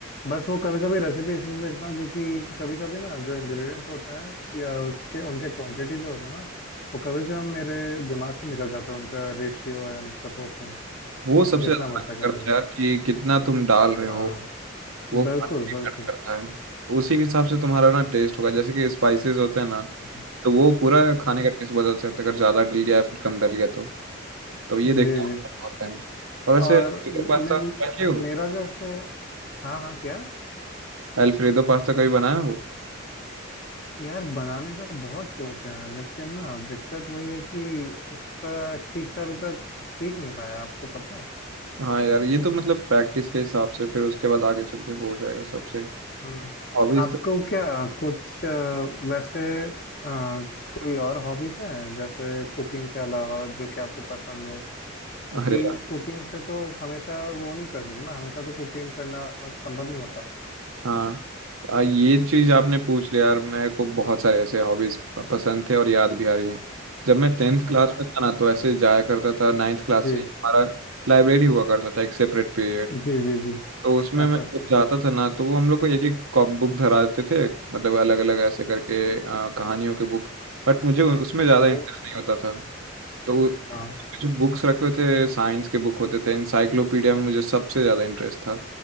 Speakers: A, on the left; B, on the right.
A: बस वो कभी कभी रेसिपी इसलिए देखता हूँ क्योंकि कभी कभी ना जो इंग्रेडिएंट्स होते हैं या उसके उनके क्वांटिटी जो होते हैं ना वो कभी कभी मेरे दिमाग से निकल जाता है उनका रेशियो एंड प्रपोर्शन
B: वो
A: तो
B: सबसे
A: देखना
B: ज्यादा
A: पड़ता
B: matter
A: है
B: करता
A: कभी कभी
B: है यार कि कितना तुम डाल रहे हो
A: हाँ
B: वो
A: बिल्कुल
B: काफी
A: बिल्कुल
B: मैटर करता है उसी के हिसाब से तुम्हारा ना टेस्ट होगा जैसे कि स्पाइसेस होते हैं ना
A: हम्म।
B: तो वो पूरा खाने
A: हाँ
B: का टेस्ट बदल सकता है अगर ज़्यादा डल गया या फिर कम डल गया तो तो ये देखना
A: जी
B: होता
A: जी
B: है बहुत time। और वैसे
A: और मैं
B: पास्ता बनाए हो
A: हाँ, मेरा जैसे हाँ हाँ क्या
B: एल्फ्रेडो पास्ता कभी बनाया हो
A: यार बनाने का बहुत सोच है यार लेकिन ना दिक्कत वही है कि उसका ठीक से अभी तक सीख नहीं पाया आपको पता
B: हाँ यार ये तो मतलब प्रैक्टिस के हिसाब से फिर उसके बाद आगे चल के हो जाएगा सबसे
A: हम्म
B: हॉबीज
A: आपको
B: तो
A: क्या कुछ अ, वैसे अ, कोई और हॉबीज हैं जैसे कुकिंग के अलावा जो कि आपको पसंद हो क्योंकि
B: अरे यार
A: कुकिंग से तो हमेशा वो नहीं कर सकते ना हमेशा तो कुकिंग करना संभव नहीं होता
B: हाँ तो आ, ये चीज आपने पूछ लिया यार मेरे को बहुत सारे ऐसे हॉबीज पसंद थे और याद भी आ रही हैं जब मैं टेंथ क्लास
A: ऐसा
B: में था ना तो ऐसे जाया करता था नाइन्थ क्लास
A: जी
B: से हमारा लाइब्रेरी हुआ करता था एक सेपरेट पीरियड
A: जी जी जी जी
B: तो उसमें
A: अच्छा
B: मैं
A: अच्छा
B: जब जाता था ना तो वो हम लोग को एक एक बुक धरा देते थे मतलब अलग अलग ऐसे करके आ, कहानियों के बुक बट मुझे उसमें ज़्यादा
A: ओ
B: इंटरेस्ट नहीं होता था तो
A: हाँ
B: जो बुक्स रखे हुए थे साइंस के बुक होते थे इंसाइक्लोपीडिया में मुझे सबसे ज़्यादा इंटरेस्ट था